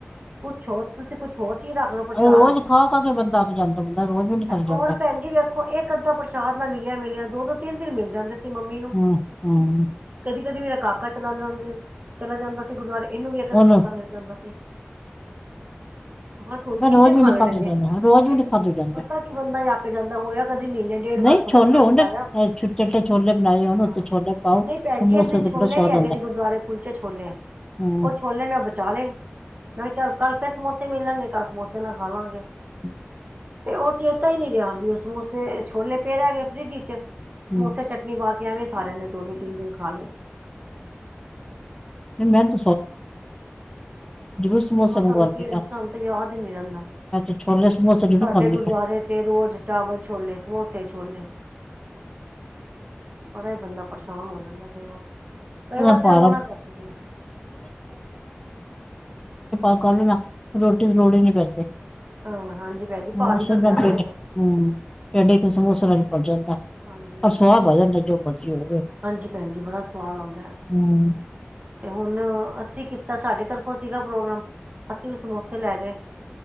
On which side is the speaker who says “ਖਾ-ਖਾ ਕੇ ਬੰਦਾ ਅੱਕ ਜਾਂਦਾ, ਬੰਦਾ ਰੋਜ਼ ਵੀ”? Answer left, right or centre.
Left